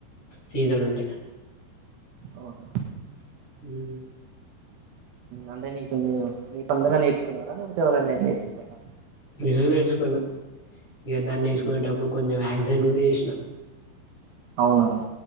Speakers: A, on the left (about 30°); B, on the right (about 75°).
A: సీజన్ ఉంటే
B: ఓహ
A: మ్
B: అంటే నీకు నీ సొంతంగా నేర్చుకున్నారా లేకపోతే ఎవరైనా నేర్పించారా
A: నేనే నేర్చుకున్నా ఇద దాన్నిచుకునేటప్పుడు
B: ఉహు
A: కొంచెం యాసిడెంట్ ట్ల
B: అవునా